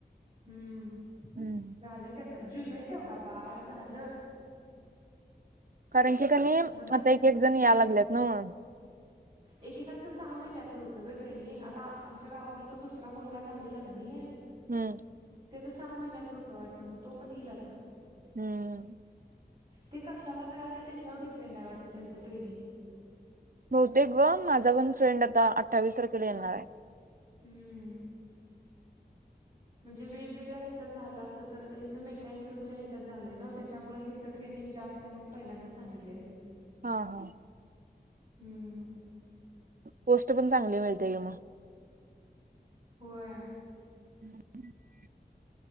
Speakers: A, on the right (about 40°); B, on the right (about 55°).
A: हम्म
B: हम्म
A: झालं की आता जुलै तेवढा बाळ झालं
B: कारण की कनी
A: म्हणजे
B: आता एक एक जण याय
A: दीड
B: लागलेत न्हवं
A: एकेकांचं सहा महिन्याचं होतं ग ट्रेनिंग आता आमच्या गावातला तो दुसरा मुलगा झालेला कणी
B: हम्म
A: ते तर सहा महिन्याच होतं वाटतं मग तो पण येईल आता
B: हम्म.
A: ते कशाला मिळाले त्याच्यावर डीपेंड आहे वाटतं त्यांच ट्रेनिंग.
B: बहुतेक ग माझा पण फ्रेंड आता अठ्ठावीस तारखेला येणार आहे
A: हम्म. म्हणजे वेगवेगळ्या ह्याच्यात झालं असेल तर याचं मेकॅनिकल च्या याच्यात झालंय नव्ह त्याच्यामुळे ह्याच ट्रेनिंग जास्त, पहिल्यांदा सांगितलेलं
B: हा हा
A: हम्
B: पोस्ट पण चांगली मिळते कि मग
A: होय.
B: <inaudible>